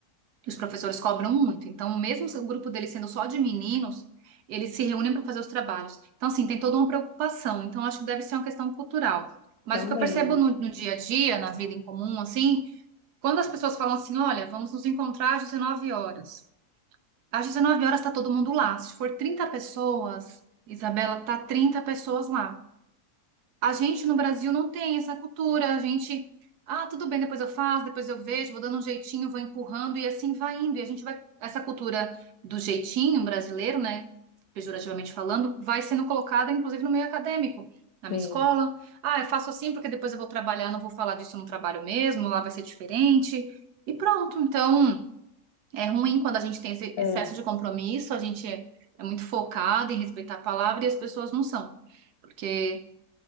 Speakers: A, on the right (about 90°); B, on the left (about 70°).
A: Os professores cobram muito. Então, mesmo se o grupo dele sendo só de meninos, eles se reúnem para fazer os trabalhos. Então, assim, tem toda uma preocupação. Então, acho que deve ser uma questão cultural. Mas
B: Também.
A: o que eu percebo no, no dia a dia, na vida em comum, assim, quando as pessoas falam assim, olha, vamos nos encontrar às 19 horas. Às 19 horas está todo mundo lá. Se for 30 pessoas, Isabela, tá 30 pessoas lá. A gente no Brasil não tem essa cultura. A gente, ah, tudo bem, depois eu faço, depois eu vejo, vou dando um jeitinho, vou empurrando e assim vai indo. E a gente vai, essa cultura do jeitinho brasileiro, né, pejorativamente falando, vai sendo colocada, inclusive, no meio acadêmico. Na
B: Tem.
A: minha escola, ah, eu faço assim porque depois eu vou trabalhar, não vou falar disso no trabalho mesmo, lá vai ser diferente. E pronto. Então, é ruim quando a gente tem esse
B: É,
A: excesso de compromisso, a gente é é muito focado em respeitar a palavra e as pessoas não são. Porque